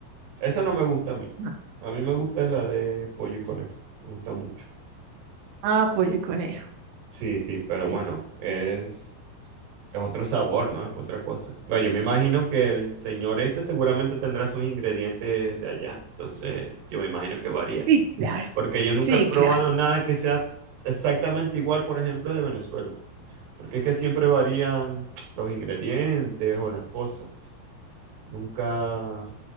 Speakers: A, on the right; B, on the right.
A: Esa no me gusta a mí.
B: no.
A: A mí me gusta la de pollo y conejo. Me gusta mucho.
B: Ah, pollo y conejo,
A: Sí, sí, pero
B: sí,
A: bueno, es, es otro sabor, ¿no? Es otra cosa. Bueno, yo me imagino que el señor este seguramente tendrá sus ingredientes de allá. Entonces, yo me imagino que varía.
B: sí, claro,
A: Porque yo nunca
B: sí,
A: he probado
B: claro,
A: nada que sea exactamente igual, por ejemplo, de Venezuela. Porque es que siempre varían los ingredientes o las cosas. Nunca,